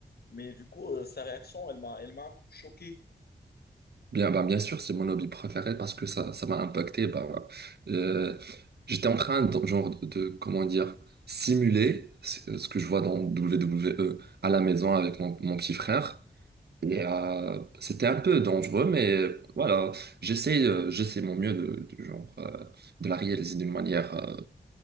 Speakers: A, on the left (about 70°); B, on the right (about 70°).
A: Mais du coup, euh, sa réaction, elle m'a, elle m'a un peu choqué.
B: Bien, ben, bien sûr, c'est mon hobby préféré parce que ça, ça m'a impacté. Ben, euh, j'étais en train de, genre, de, de, comment dire, simuler ce euh, ce que je vois dans WWE à la maison avec mon, mon petit frère. Et euh, c'était un peu dangereux, mais euh, voilà, j'essaie euh, j'essaie mon mieux de, de genre, euh, de la réaliser d'une manière euh,